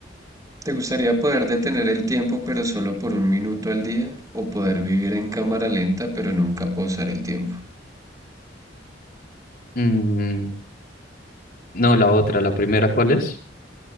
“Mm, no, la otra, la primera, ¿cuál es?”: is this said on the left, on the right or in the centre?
Left